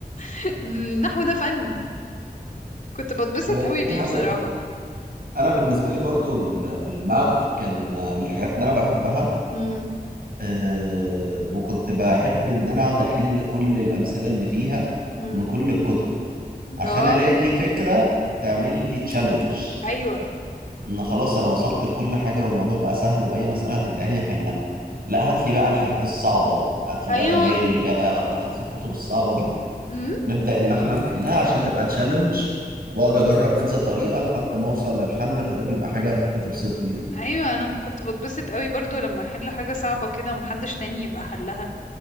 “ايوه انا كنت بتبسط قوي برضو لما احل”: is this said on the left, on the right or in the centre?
Left